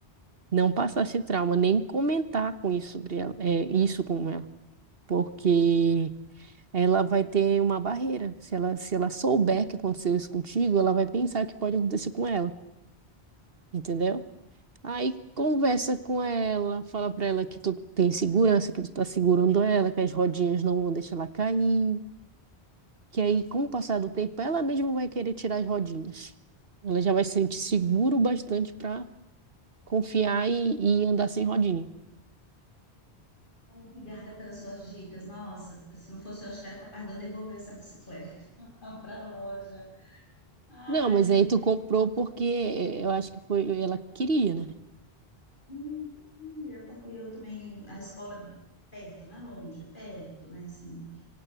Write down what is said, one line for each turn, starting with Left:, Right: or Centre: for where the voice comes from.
Right: Não passar esse trauma, nem comentar com isso sobre ela, é, isso com ela. Porque ela vai ter uma barreira. Se ela, se ela souber que aconteceu isso contigo, ela vai pensar que pode acontecer com ela, entendeu? Aí conversa com ela, fala pra ela que tu tem segurança, que tu tá segurando ela, que as rodinhas não vão deixar ela cair, que aí com o passar do tempo ela mesma vai querer tirar as rodinhas. Ela já vai se sentir seguro o bastante pra confiar e, e andar sem rodinha.
Left: Obrigada pelas suas dicas. Nossa, se não fosse eu, acho que era capaz de eu devolver essa bicicleta <laughs> para a loja. Ai,
Right: Não, mas
Left: meu
Right: aí tu
Left: Deus.
Right: comprou porque eu acho que foi ela queria, né?
Left: Hum, É porque eu também, a escola é perto, não é longe, é perto, né, assim.